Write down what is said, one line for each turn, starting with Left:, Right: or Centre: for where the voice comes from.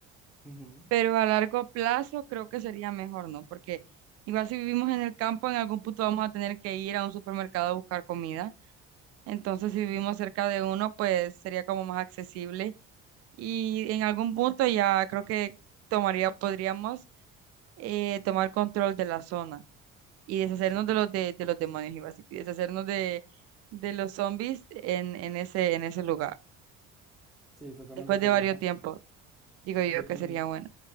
Centre: ujú,
Right: pero a largo plazo creo que sería mejor, ¿no? Porque igual si vivimos en el campo, en algún punto vamos a tener que ir a un supermercado a buscar comida. Entonces, si vivimos cerca de uno, pues sería como más accesible. Y en algún punto ya creo que tomaría, podríamos eh, tomar control de la zona. y deshacernos
Centre: Sí,
Right: de los, de, de los demonios, iba a decir, y deshacernos de, de los zombies en, en ese, en ese lugar.
Centre: sí, totalmente
Right: Después
Centre: de acuerdo.
Right: de varios
Centre: Yo, tam-
Right: tiempos, digo yo
Centre: yo
Right: que
Centre: también.
Right: sería bueno.